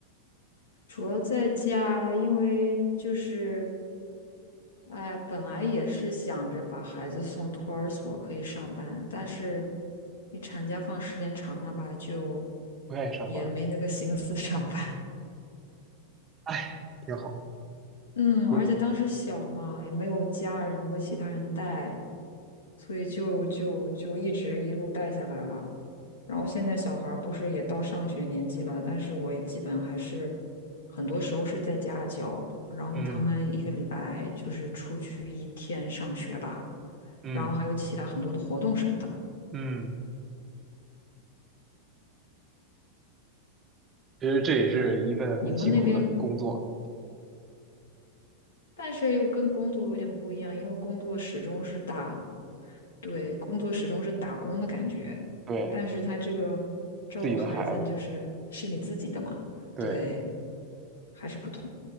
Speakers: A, on the left (about 60°); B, on the right (about 25°).
A: 主要在家，因为就是哎，本来也是想着把孩子送托儿所可以上班，但是你产假放时间长了吧，就
B: 不愿意上班儿，
A: 也没那个心思上班。
B: 哎，挺好。
A: 嗯，
B: 不，
A: 而且当时小嘛，也没有家人或其他人带，所以就就就一直一路带下来了。然后现在小孩儿不是也到上学年纪了，但是我也基本还是很多时候是在家教，然后他们一个礼拜就是出去一天上学吧，
B: 嗯嗯
A: 然后还有其他很多的活动什么的。
B: 嗯，其实这也是一份很辛苦的工作，
A: 你们那边但是又跟工作有点不一样，因为工作始终是打，对，工作始终是打工的感觉，
B: 对
A: 但是他这个照顾孩子就是是你自己的嘛，
B: 自己的孩子，对，
A: 对，还是不同。